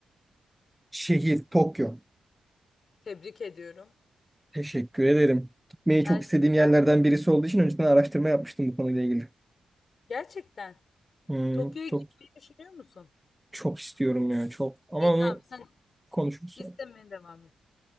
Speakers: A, in the centre; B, on the left (about 45°).
A: Şehir Tokyo.
B: Tebrik ediyorum.
A: Teşekkür ederim. Gitmeyi çok
B: Gerçekten.
A: istediğim yerlerden birisi olduğu için önceden araştırma yapmıştım bu konuyla ilgili.
B: Gerçekten.
A: Hmm,
B: Tokyo'ya
A: çok
B: gitmeyi düşünüyor musun?
A: çok istiyorum ya çok. Ama
B: İyi
A: onu
B: tamam sen
A: konuşuruz. sonra.
B: istemeye devam et.